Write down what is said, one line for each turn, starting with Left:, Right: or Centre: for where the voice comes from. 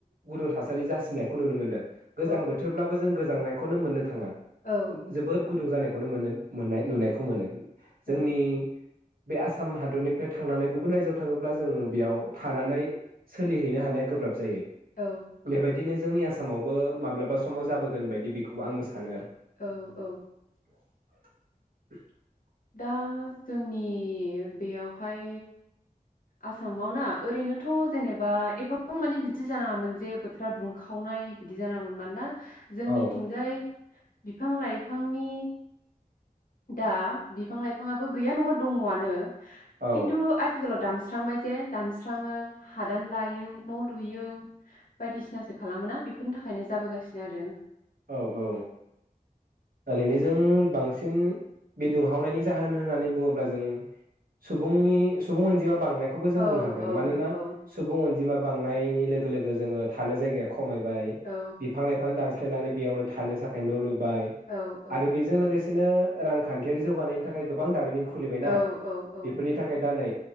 Right: गुुनुं थासारि जासिनायखौ नुनो मोनदों गोजां
Left: औ
Right: बोथोरब्लाबो जों गो गोजांनायखौनो मोननो थाङा
Left: औ
Right: जोबोद गुदुं जानाय नुनो मोनोन मोननाय नुनायखौ मोनो जोंनि
Left: औ
Right: बे आसाम हादरनिफ्राय थांनानै गुबुन रायजोआव थाङोब्ला जोंङ बेयाव थानानै सोलिहैनो हानाया गोब्राब जायो जायो
Left: औ
Right: बेबायदिनो जोंनि आसामावबो माब्लाबा समाव जाबोगोन बायदि बेखौ आंबो सानो आरो
Left: औ औ
Right: <inaudible>
Left: दा जोंनि बेयावहाय आसामाव ना ओरैनोथ' जेनेबा एफाबां माने बिदि जानाङामोन जे बोथोरा दुंखावनाय बिदि जानाङामोन मानोना जोंनिथिंजाय
Right: औ
Left: बिफां लाइफांनि दा बिफां लाइफाङाबो गैया नङा दङ आनो
Right: औ
Left: खिनथु आथिखालाव दान्स सुस्रांबाय जे दानस्राङो हादान लायो न' लुयो बायदिसिनासो खालामोना बेफोरनि थाखायनो जाबोगासिनो आरो
Right: औ औ ओरैनो जों बांसिन बे दुंहावनायनि जाहोन होननानै बुङोब्ला जों सुबुंनि सुबुं अनजिमा बांनायखौबो जों
Left: औ
Right: बुंनो हागोन
Left: औ
Right: मानोना
Left: औ
Right: सुबुं अनजिमा बांनायनि लोगो लोगो जोङो थानो जायगाखौ खमायबाय
Left: औ
Right: बिफां लाइफां दानस सायनानै बेयावनो थानो थाखाय न' लुबैयो बाय
Left: औ औ
Right: आरो बेजों लोगोसे <unintelligible> रांखान्थियारि जौगानायनि थाखाय गोबां दारिमिनखौ खुलिबायना
Left: औ औ औ
Right: बेफोरनि थाखाय दा नै